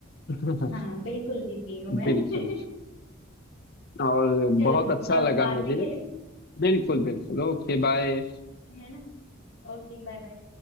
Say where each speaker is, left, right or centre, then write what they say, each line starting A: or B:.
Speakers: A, on the left; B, on the left.
A: <laughs>
B: हाँ बिल्कुल जीत गई हूँ मैं
A: बिल्कुल
B: <laughs>
A: और
B: चलो
A: बहुत
B: भी
A: अच्छा
B: अ,
A: लगा
B: बाद
A: मुझे
B: में खेले
A: बिल्कुल बिल्कुल Okay bye
B: है ना Okay bye bye